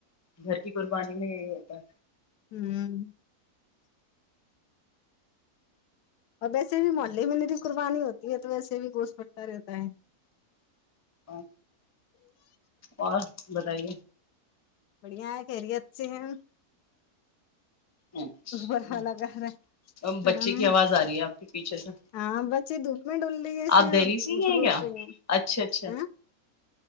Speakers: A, on the left; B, on the left.
A: گھر کی قرب بانی میں یہی ہوتا ہے
B: ہوں اور ویسے بھی محلے میں میری قربانی ہوتی ہے تو ویسے بھی گوش بٹتا رہتا ہے
A: ا اور بتائیے
B: بڑھیا ہے خریت سے ہیں
A: اچھا
B: اوبر والا گھر ہے کڑا
A: بچے
B: میں
A: کی آواز آ رہی ہے آپ کے پیچھے سے
B: ہاں بچے دھوپ میں ڈول لیے اسے
A: آپ دہلی سے ہی ہیں
B: روک
A: کیا
B: رہی ہیں
A: اچھا اچھا
B: ہ <inaudible>